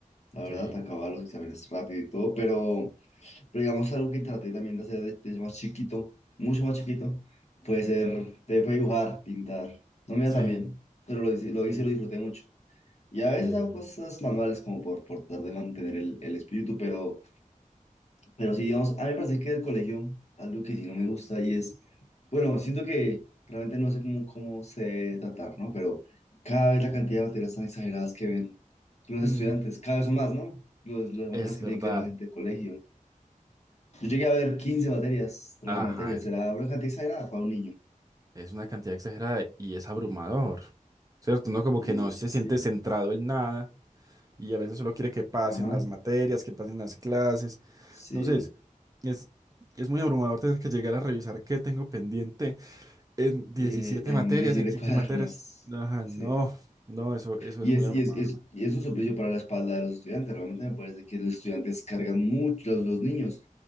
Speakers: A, on the left; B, on the right.
A: La
B: qué
A: verdad,
B: bien.
A: acababa los exámenes rápido y todo. Pero, pero digamos, algo que traté también de hacer desde desde más chiquito, mucho más chiquito, puede ser, te fue dibujar, pintar. No me iba
B: Sí,
A: tan bien, pero lo hice, lo hice
B: ok,
A: y lo disfruté mucho. Y a
B: ok.
A: veces hago cosas manuales como por, por tratar de mantener el, el espíritu, pero pero sí, digamos, a mí me parece que del colegio algo que sí no me gusta y es, bueno, siento que realmente no sé cómo, cómo se debe tratar, ¿no? Pero cada vez la cantidad de materias tan exageradas que ven los
B: Ujú,
A: estudiantes, cada vez son más, ¿no? Los, las materias
B: Es
A: que
B: verdad.
A: tienen que ver la gente de colegio. Yo llegué a ver 15 materias, trece
B: Ajá,
A: materias, era una cantidad exagerada para un niño.
B: Es una cantidad exagerada y es abrumador, ¿cierto? Uno como
A: Sí,
B: que no
A: sí,
B: se
A: sí.
B: siente centrado en nada y a veces solo quiere que pasen
A: Ajá,
B: las materias, que pasen las clases.
A: sí.
B: No sé, es, es, es muy abrumador tener que llegar a revisar qué tengo pendiente en 17
A: Sí, en
B: materias,
A: 17
B: en 15
A: cuadernos.
B: materias. Ajá,
A: Sí.
B: no, no, eso, eso
A: Y
B: es muy
A: es,
B: abrumador.
A: y es, y es, y es un suplicio para la espalda de los estudiantes. Realmente me parece que los estudiantes cargan mucho, los, los niños